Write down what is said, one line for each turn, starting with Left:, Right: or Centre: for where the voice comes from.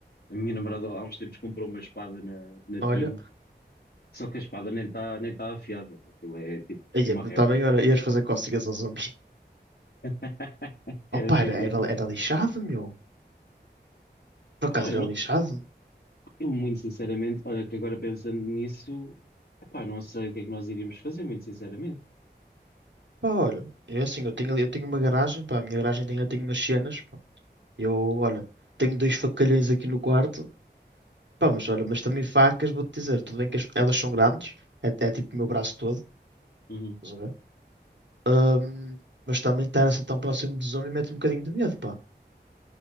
Left: A minha namorada há uns tempos comprou uma espada na, na
Right: olha,
Left: Timo Só que a espada nem está nem tá afiada. Aquilo é tipo
Right: aí,
Left: uma réplica.
Right: também, olha, ias fazer cócegas aos homens.
Left: <laughs> Era
Right: Oh, pá,
Left: tipo
Right: era,
Left: isso.
Right: era, era lixado, meu. Por acaso
Left: Epá,
Right: era
Left: eu, não-
Right: lixado?
Left: eu muito sinceramente, olha que agora pensando nisso, epá, não sei o que é que nós iríamos fazer, muito sinceramente.
Right: Pá, olha, é assim, eu tenho ali, eu tenho uma garagem, pá, a minha garagem tem, eu tenho umas cenas, pá. Eu, olha, tenho dois facalhões aqui no quarto, pá, mas olha, mas também facas, vou-te dizer, tudo bem que as- elas são grandes, é, é tipo o meu braço todo,
Left: Uhum.
Right: estás a ver? Ahm, mas também estar assim tão próximo do zombie mete um bocadinho de medo, pá.